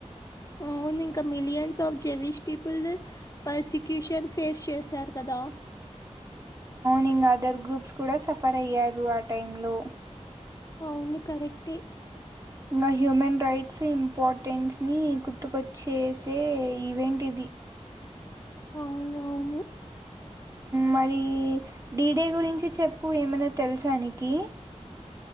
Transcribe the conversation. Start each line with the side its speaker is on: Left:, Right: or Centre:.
Left: అవును ఇంకా millions of Jewish people prosecution face చేశారు కదా
Right: నింగ్ అదర్ గ్రూప్స్ కూడా సఫర్ అయ్యారు ఆ టై లో
Left: అవును కరెక్ే
Right: ఇ హ్యూమన్ రైట్స్ ఇంపార్టెన్స్ ని గుర్తుకొచ్చేసే ఈవెంట్ ఇది
Left: అవున అవును
Right: మరి డడిడే గురించి చెప్పు ఏమైనా తెలుసానికి